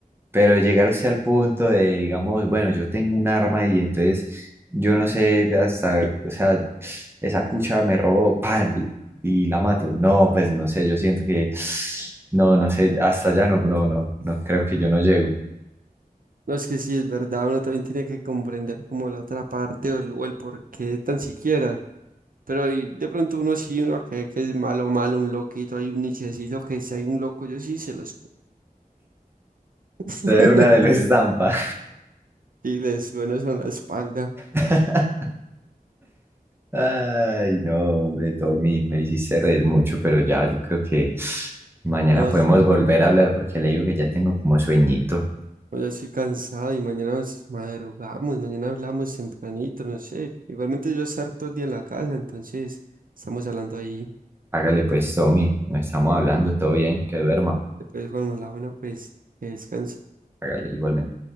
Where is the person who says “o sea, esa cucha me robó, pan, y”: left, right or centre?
Right